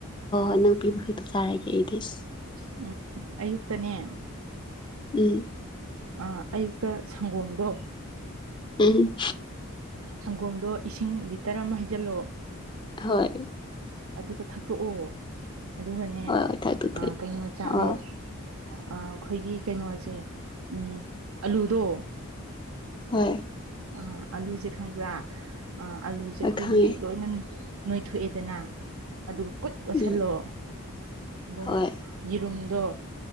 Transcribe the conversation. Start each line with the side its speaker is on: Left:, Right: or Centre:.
Left: <unintelligible>
Right: ꯑꯝ ꯑꯌꯨꯛꯇꯅꯦ
Left: ꯎꯝ
Right: ꯑꯥ ꯑꯌꯨꯛꯇ ꯁꯪꯒꯣꯝꯗꯣ
Left: ꯎꯝ
Right: ꯁꯪꯒꯣꯝꯗꯣ ꯏꯁꯤꯡ ꯂꯤꯇꯔ ꯑꯃ ꯍꯩꯖꯤꯜꯂꯣ
Left: ꯍꯣꯏ
Right: ꯑꯗꯨꯒ ꯊꯛꯇꯣꯛꯑꯣ ꯑꯗꯨꯒꯅꯦ
Left: ꯍꯣꯏ ꯍꯣꯏ ꯊꯥꯗꯣꯛꯇꯣꯏꯅꯤ
Right: ꯀꯩꯅꯣ ꯆꯥꯔꯣ
Left: ꯑꯣ
Right: ꯑꯩꯈꯣꯏꯒꯤ ꯀꯩꯅꯣꯁꯦ ꯑꯝ ꯑꯂꯨꯗꯣ
Left: ꯍꯣꯢ
Right: ꯑꯥ ꯑꯂꯨꯁꯦ ꯈꯪꯕ꯭ꯔꯥ ꯑꯂꯨꯁꯦ
Left: ꯍꯣꯏ
Right: ꯑꯩꯈꯣꯏꯒꯤ
Left: ꯈꯪꯉꯦ
Right: ꯂꯣꯏꯅ ꯅꯣꯏꯊꯣꯛꯑꯦꯗꯅ ꯑꯗꯨꯒ ꯀꯨꯠ ꯌꯣꯁꯜꯂꯣ
Left: ꯎꯝ
Right: ꯑꯗꯨꯒ
Left: ꯍꯣꯏ
Right: ꯌꯦꯔꯨꯝ ꯑꯗꯣ